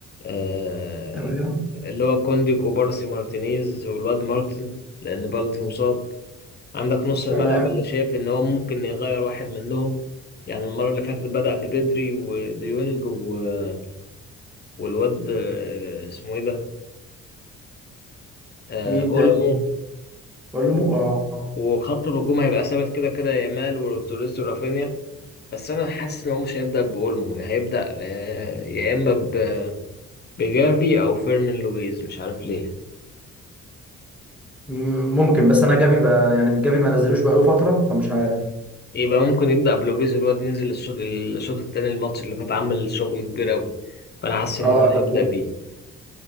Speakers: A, on the left; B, in the centre.
A: آه،
B: تمام
A: اللي هو كوندي كوبارسي مارتينيز والواد مارتن لان بالدي مصاب عندك نص الملعب
B: تمام
A: اللي شايف ان هو ممكن يغير واحد منهم يعني المرة اللي فاتت بدأ ببدري وديونج و- والواد آه، اسمه ايه ده آه،
B: مين
A: اولمو
B: تاني بقول له مو- اه
A: وخط الهجوم هيبقى ثابت كده كده يامال وتوريس ورافينيا بس انا حاسس ان هو مش هيبدا باولمو هيبدا آه، يا اما ب- بجافي او فيرمين لويز مش عارف ليه
B: مم، ممكن بس انا جافي بقى يعني جافي ما نزلوش بقاله فتره فمش عارف
A: يبقى ممكن يبدا بلويز الواد نزل الشوط الشوط التاني الماتش اللي فات عمل شغل كبير قوي فانا حاسس
B: اه
A: ان هو هيبدا بيه